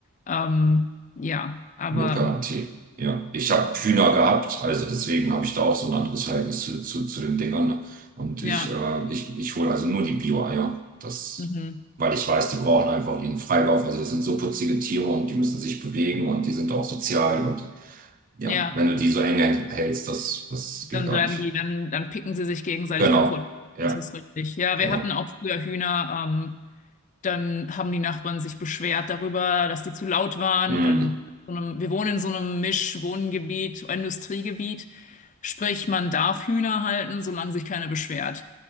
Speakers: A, on the left; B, on the right.
A: Ähm, ja, aber
B: Mit Garantie. Ja, ich habe Hühner gehabt, also deswegen habe ich da auch so ein anderes Verhältnis zu, zu, zu den Dingern. Und
A: ja,
B: ich, äh, ich, ich hole also nur die Bio-Eier. Das,
A: mhm.
B: weil ich weiß, die brauchen einfach ihren Freilauf. Also das sind so putzige Tiere und die müssen sich bewegen und die sind auch sozial. Und ja,
A: Ja,
B: wenn du die so eng hältst, das, das
A: dann
B: geht gar
A: werden
B: nicht.
A: die, dann, dann picken sie sich gegenseitig
B: Genau.
A: kaputt.
B: Ja,
A: Das ist richtig. Ja,
B: genau.
A: wir hatten auch früher Hühner. Ähm, Dann haben die Nachbarn sich beschwert darüber, dass die zu laut waren,
B: Mhm.
A: weil wir, so einem, wir wohnen in so einem Mischwohngebiet, Industriegebiet. Sprich, man darf Hühner halten, solange sich keiner beschwert.